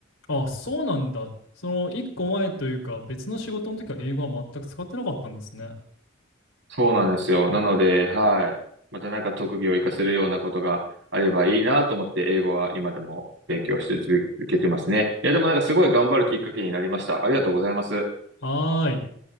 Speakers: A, on the left; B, on the right.
A: あ、そうなんだ。その一個前というか別の仕事の時は英語は全く使ってなかったんですね。
B: そうなんですよ。なので、はい。またなんか特技を活かせるようなことがあればいいなと思って、英語は今でも勉強して続けてますね。いや、でもなんかすごい頑張るきっかけになりました。ありがとうございます。
A: はーい。